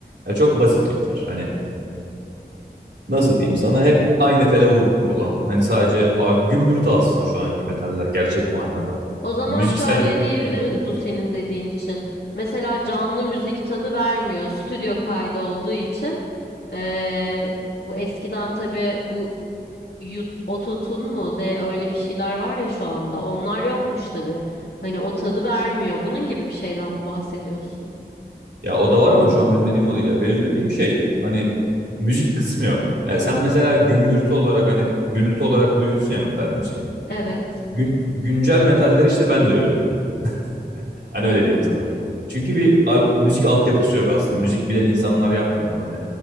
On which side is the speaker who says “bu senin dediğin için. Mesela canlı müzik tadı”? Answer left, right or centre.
Left